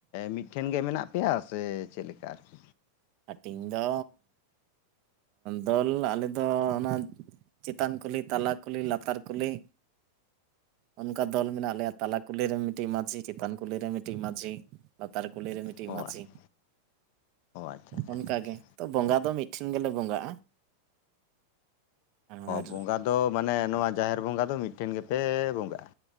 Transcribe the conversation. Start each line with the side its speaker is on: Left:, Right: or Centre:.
Left: ᱢᱤᱫᱴᱷᱮᱱ ᱜᱮ ᱢᱮᱱᱟᱜ ᱯᱮᱭᱟ ᱥᱮ ᱪᱮᱫ ᱞᱮᱠᱟ ᱟᱨᱠᱤ?
Right: ᱦᱟᱴᱤᱧ ᱫᱚ ᱫᱚᱞ ᱟᱞᱮ ᱫᱚ ᱚᱱᱟ ᱪᱮᱛᱟᱱ ᱠᱩᱞᱦᱤ ᱛᱟᱞᱟ ᱠᱩᱞᱦᱤ ᱞᱟᱛᱟᱨ ᱠᱩᱞᱦᱤ ᱚᱱᱠᱟ ᱫᱚᱞ ᱢᱮᱱᱟᱜ ᱞᱮᱭᱟ ᱛᱟᱞᱟ ᱠᱩᱞᱦᱤ ᱨᱮᱱ ᱢᱤᱫᱴᱤᱡ ᱢᱟᱺᱡᱷᱤ, ᱪᱮᱛᱟᱱ ᱠᱩᱞᱦᱤ ᱨᱮᱱ ᱢᱤᱫᱴᱤᱡ ᱢᱟᱺᱡᱷᱤ ᱞᱟᱛᱟᱨ ᱠᱩᱞᱦᱤᱨᱮ ᱢᱤᱫᱴᱤᱡ
Left: ᱚ
Right: ᱢᱟᱺᱡᱷᱤ
Left: ᱚ ᱟᱪᱪᱷᱟ ᱟᱪᱪᱷᱟ
Right: ᱚᱱᱠᱟᱜᱮ
Left: ᱟᱪᱪᱷᱟ ᱟᱪᱪᱷᱟ
Right: ᱛᱚ ᱵᱚᱸᱜᱟ ᱫᱚ ᱢᱤᱫᱴᱷᱮ ᱜᱮᱞᱮ ᱵᱚᱸᱜᱟᱜᱼᱟ᱾ ᱟᱨ
Left: ᱵᱚᱸᱜᱟᱫᱚ ᱢᱟᱱᱮ ᱱᱚᱣᱟ ᱡᱟᱦᱮᱨ ᱵᱚᱸᱜᱟᱫᱚ ᱢᱤᱫᱴᱷᱮᱱ ᱜᱮᱯᱮ ᱵᱚᱸᱜᱟ ᱟ᱾